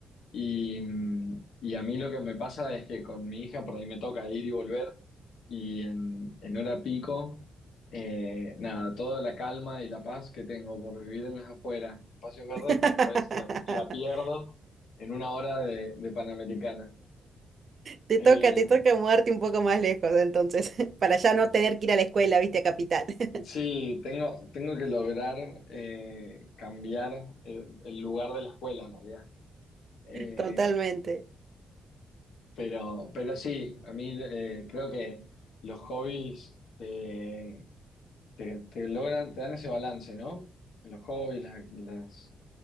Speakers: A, on the left (about 75°); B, on the right (about 40°).
A: y, mm, y a mí lo que me pasa es que con mi hija por ahí me toca ir y volver y en, en hora pico, eh, nada, toda la calma y la paz que tengo por vivir en las afueras, en espacios verdes,
B: <laughs>
A: después la, la pierdo en una hora de, de Panamericana.
B: Te
A: Eh,
B: toca, te toca mudarte un poco más lejos, entonces, <laughs> para ya no tener que ir a la escuela, viste, a capital. <laughs>
A: Sí, tengo, tengo que lograr eh, cambiar el, el lugar de la escuela en realidad. Eh,
B: Totalmente.
A: pero, pero sí, a mí eh, creo que los hobbies te, te, te logran, te dan ese balance, ¿no? Los hobbies, las, las,